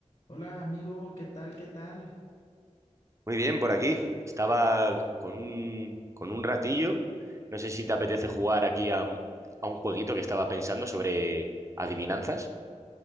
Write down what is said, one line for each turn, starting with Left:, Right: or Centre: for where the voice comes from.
Left: Hola amigo, ¿qué tal? ¿Qué tal?
Right: Muy bien, por aquí. Estaba con un, con un ratillo. No sé si te apetece jugar aquí a, a un jueguito que estaba pensando sobre adivinanzas.